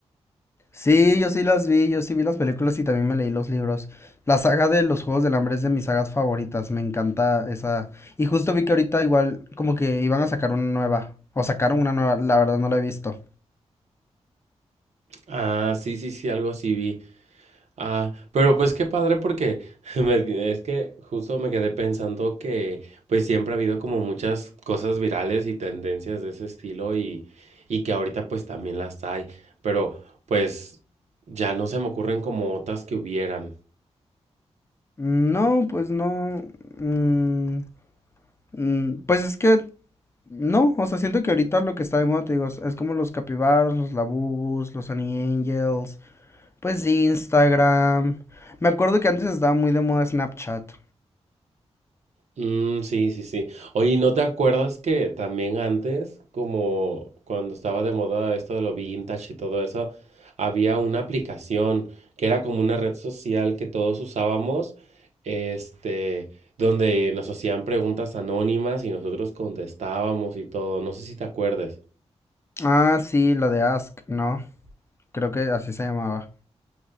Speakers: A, on the left (about 25°); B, on the right (about 75°).
A: Sí, yo sí las vi, yo sí vi las películas y también me leí los libros. La saga de los Juegos del Hambre es de mis sagas favoritas, me encanta esa. Y justo vi que ahorita igual como que iban a sacar una nueva, o sacaron una nueva, la verdad no la he visto.
B: Ah, sí, sí, sí, algo así vi. Ah, pero pues qué padre porque <laughs> me- es que justo me quedé pensando que pues siempre ha habido como muchas cosas virales y tendencias de ese estilo y, y que ahorita pues también las hay, pero pues ya no se me ocurren como otras que hubieran.
A: No, pues no. mm, mm, pues es que no, o sea, siento que ahorita lo que está de moda, te digo, es es como los capibaras, los labubus, los Honey Angels, pues Instagram. Me acuerdo que antes estaba muy de moda Snapchat.
B: Mm, sí, sí, sí. Oye, ¿no te acuerdas que también antes, como cuando estaba de moda esto de lo vintage y todo eso, había una aplicación que era como una red social que todos usábamos, este, donde nos hacían preguntas anónimas y nosotros contestábamos y todo. No sé si te acuerdes.
A: Ah, sí, la de Ask, ¿no? Creo que así se llamaba.